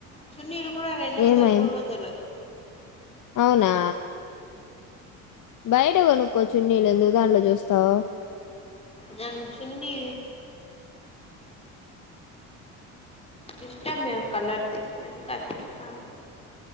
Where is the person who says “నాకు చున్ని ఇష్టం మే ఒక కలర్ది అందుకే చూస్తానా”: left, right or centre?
Left